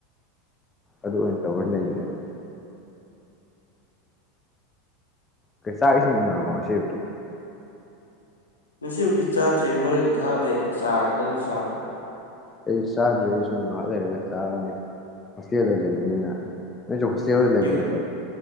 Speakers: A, on the left; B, on the left.
A: ꯑꯗꯨ ꯑꯣꯏꯅ ꯇꯧꯕ ꯂꯩꯈꯔꯦꯕ <unintelligible> ꯀꯩ ꯆꯥꯛ ꯏꯁꯤꯡ ꯎꯅꯔꯕꯣ ꯉꯁꯤ ꯑꯌꯨꯛꯀꯤ
B: ꯉꯁꯤ ꯑꯌꯨꯛꯀꯤ ꯆꯥꯗ꯭ꯔꯤ ꯍꯣꯔꯦꯟ ꯏꯟꯖꯥꯡ ꯂꯦꯝꯃꯗꯤ ꯆꯥꯔꯅꯤ ꯅꯪꯗꯤ ꯆꯥꯔꯕꯣ
A: ꯑꯩ ꯆꯥꯗ꯭ꯔꯦ ꯑꯩꯁꯨ ꯉꯥꯏꯍꯥꯛ ꯂꯩꯔꯒ ꯆꯥꯔꯅꯤ ꯍꯣꯁꯇꯦꯜꯗ ꯂꯩꯕꯅꯤꯅ ꯅꯣꯏꯁꯨ ꯍꯣꯁꯇꯦꯜꯗ
B: ꯎꯝ
A: ꯂꯩꯕ
B: ꯌꯨꯝ
A: ꯅꯠꯇ꯭ꯔꯣ